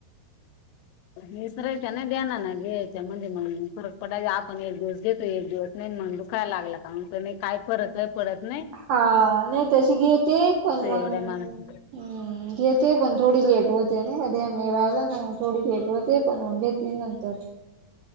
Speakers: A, on the left; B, on the right.
A: विसऱ्याच्या नई देणार ना घ्यायच्या म्हणजे मग फरक पडा आपण एक दिवस घेतो एक दिवस नई ना मग दुखाय लागला का म्हनतो नाही काय फरक ही पडत नई
B: हा नाही तशी घेते पण मग
A: एवढ्या माणस
B: घेते पण थोडी लेट हो ते नाही का ध्यान नाही राहिला ना मग थोडी लेट होते पण मग घेते नंतर